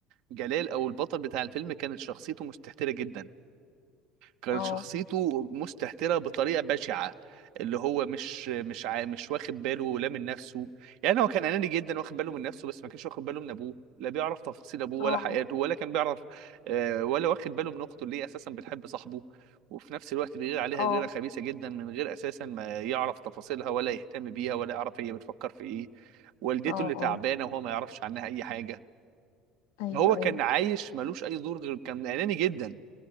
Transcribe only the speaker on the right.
جلال او البطل بتاع الفيلم كانت شخصيته مستهترة جدا كان
شخصيته مستهترة بطريقة بشعة اللي هو مش مش عا... مش واخد باله لا من نفسه يعني هو كان أناني جدا واخد باله من نفسه بس ما كانش واخد باله من أبوه لا بيعرف تفاصيل أبوه
ولا حياته ولا كان بيعرف آه، ولا واخد باله من أخته اللي هي أساسا بتحب صاحبه وفي نفس الوقت بيغير عليها
غيرة خبيثة جدا من غير أساسا ما يعرف تفاصيلها ولا يهتم بيها ولا يعرف هي بتفكر في إيه والدته
اللي تعبانة
وهو ما يعرفش عنها أي حاجة
هو كان
عايش ملوش أي دور غير كان أناني جدا